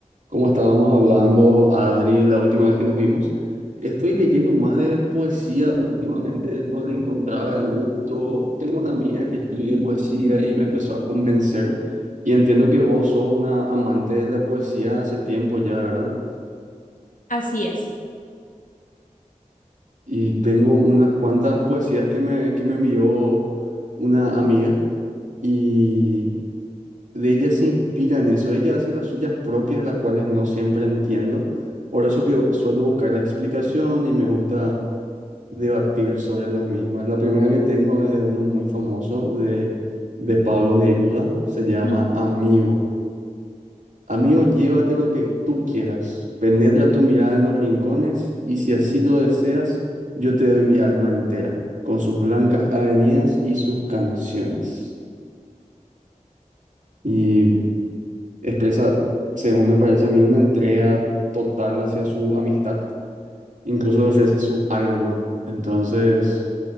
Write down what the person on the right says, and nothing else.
Como estábamos hablando, Adri, la última vez que nos vimos, estoy leyendo más de poesía últimamente, no le encontraba el gusto. Tengo una amiga que escribe poesía y me empezó a convencer. Y entiendo que vos sos una amante de la poesía hace tiempo ya, ¿verdad?
Y tengo unas cuantas poesías que me, que me envió una amiga y de ella se inspira en eso, ella hace las suyas propias, las cuales no siempre entiendo, por eso que suelo buscar la explicación y me gusta debatir sobre las mismas. La primera que tengo es de uno muy famoso, de, de Pablo Neruda, se llama
Amigo. Amigo, llévate lo que tú quieras, penetra tu mirada en los rincones y si así lo deseas, yo te doy mi alma entera, con sus blancas avenidas y sus canciones. Y expresa, según me parece a mí, una entrega total hacia su amistad, incluso le ofrece su alma. Entonces,